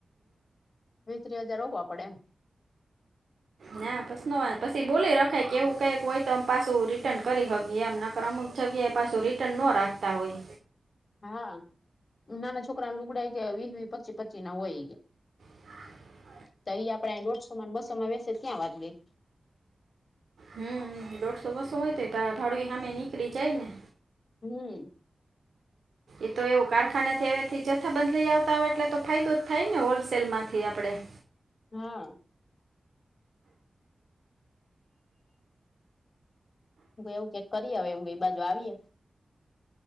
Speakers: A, on the left; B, on the right.
A: વીહ ત્રી હજાર રોકવા પડે એમ
B: ના પસ ન પછી બોલી રખે કે એવું કંઈક હોય તો આમ પાછું રિટર્ન કરી હકી એમ <unintelligible> જગ્યા એ પાછું રિટર્ન નો રાખતા હોય.
A: હા નાના છોકરા લુગડાય વી વી પચી પચી ના હોય.
B: <inaudible>
A: તો અહી આપડે દોઢસો માં બસો માં વસે ત્યાં વાત ગઈ.
B: હમ દોઢસો બસો હોય તો ભાડું સામે નીકળી જાય ને.
A: હમ.
B: એ તો એવું કારખાના થ એવાથી જથ્થા બદ લઈ આવતા હોય એટલે તો ફાયદો જ થાય ને હોલસેલ માંથી આપડે.
A: હા. એવું કઈક કરીએ હવે એ બાજુ આવીએે.